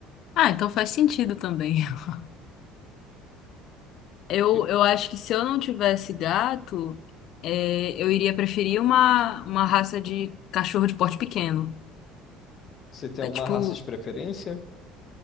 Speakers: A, on the left; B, on the left.
A: Ah, então faz sentido também. <laughs> Eu,
B: E
A: eu acho que se eu não tivesse gato, é, eu iria preferir uma, uma raça de cachorro de porte pequeno.
B: você tem
A: É,
B: alguma
A: tipo,
B: raça de preferência?